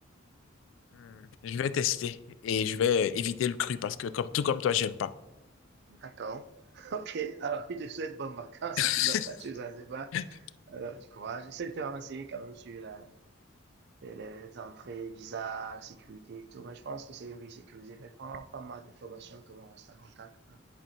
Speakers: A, on the left; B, on the right.
A: Hmm. Je vais tester et je vais éviter le cru parce que comme tout comme toi, j'aime pas.
B: D'accord. <laughs> Ok. Alors, je te souhaite bonnes vacances
A: <laughs>
B: si tu dois partir aux Zanzibar. Alors, du courage. J'essaie de te renseigner quand même sur la, les, les entrées, visa, sécurité et tout. Mais je pense que c'est une vie sécurisée. Mais prends pas mal d'informations que vont rester en contact. hein.